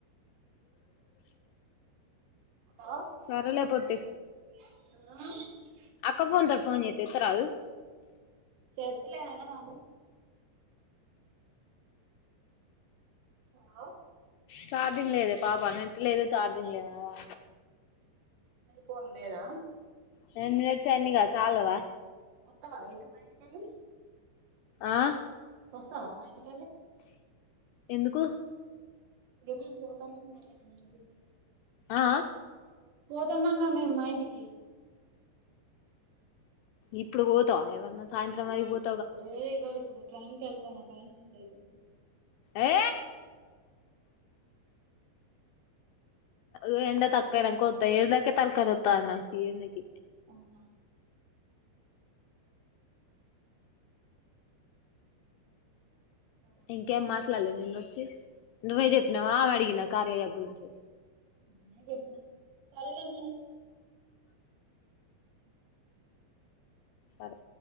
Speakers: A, on the right (about 85°); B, on the left (about 85°).
A: ఆ
B: సరేలే పొట్టి
A: ఆ
B: అక్క ఫోన్ తోటి ఫోన్ చెత్త ఎత్తరాదు
A: చేత్తులే ఎగనాదు ఆ
B: ఛార్జింగ్ లేదే పాప నెట్ లేదు చార్జింగ్ లేదు అ
A: నీ ఫోన్ లేదా
B: టెన్ మినిట్స్ అయింది ఇగ చాలదా
A: ఒత్తవ అయితే మా ఇంటికెళ్ళి
B: ఆ
A: వస్తావా మా ఇంటికి
B: ఎందుకు
A: ఏమైంది పోత అన్నారు కదా మీ ఇంటికి
B: ఆ
A: పోతున్నాంగా మేము మా ఇంటికి
B: ఇప్పుడు పోతవ ఏమన్నా సాయంత్రం వరకు పోత
A: లే ఇక ఇప్పుడు ట్రైన్ క వెళ్తాను ట్రైన్ మిస్ అయితది
B: ఏ ఏ ఎండ తక్కవాయినాక ఒత్త ఎండకి తల్కనొత్తా ది నాకి ఈ ఎండకి
A: అవునా సరేలే
B: ఇంకేం మాట్లాడలే నిన్న వచ్చి నువ్వే
A: మరి
B: చెప్పినావా ఆమె అడిగుండా ఆ కార్యా అప్ గురించి
A: <unintelligible> చెప్పిన సరేలే మరి
B: సరే